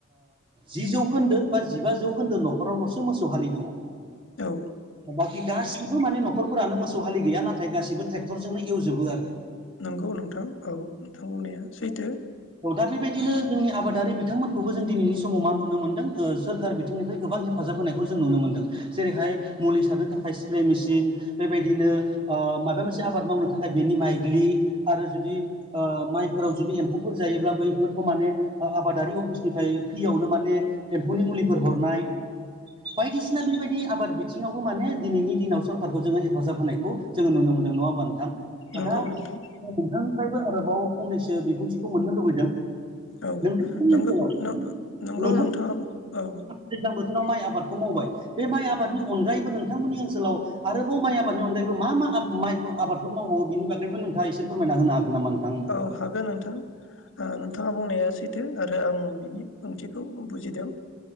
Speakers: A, on the right; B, on the left.
A: जि जौखोन्दो बा जिबा जौखोन्दो न'खरावल'सो मोसौ हलि दङ
B: औ।
A: बाखि गासिबो माने न'खरफोरानो मोसौ हालि गैया नाथाय गासिबो ट्रेक्टरजोंनो एवजोबो आरो।
B: नंगौ नोंथां औ नोंथां बुंनाया सैथो।
A: औ दा बेबायदिनो जोंनि आबादारि बिथांमोनखौबो जों दिनैनि समाव मा नुनो मोनदों सोरखार बिंनिफ्राय गोबां हेफाजाब होनायखौ जों नुनो मोन्दों जेरैहाय मुलि सारनो थाखाय स्प्रे मेसिन बेबायदिनो माबा मोनसे आबाद मावनो थाखाय बेनि माइग्लि आरो जुदि माइफोराव जुदि एम्फौफोर जायोब्ला बैफोरखौ माने आबादारि अफिसनिफ्राय फ्रियावनो माने एम्फौनि मुलिफोर हरनाय बायदिसिना बेबायदि आबाद बिथिङावबो माने दिनैनि दिनाव सरखारारखौ जोङो हेफाजाब होनायखौ जोङो नुनो मोनदों नङा होमबा नोंथां?
B: नंगौ
A: दा
B: नोंथां
A: नोंथांनिफ्रायबो आरोबाव फंनैसो बिबुंथिखौ मोननो लुबैदों।
B: औ
A: नोंथांनि
B: नंगौ
A: ओनसोलाव
B: नंगौ
A: नोंथां
B: नोंथाङा औ
A: दैज्लां बोथोराव माइ आबादखौ मावबाय बे माइ आबादनि अनगायैबो नोंथांमोननि ओनसोलाव आरोबाव माइ आबादनि अनगायबो मा मा माइ आबादफोर मावबावो बिनि बागैबो नोंथाङा एसे फोरमायना होनो हागोन नामा? नोंथां
B: औ हागोन नोंथां नोंथाङा बुंनाया आरो आं बिनि ओंथिखौ बुजिदों।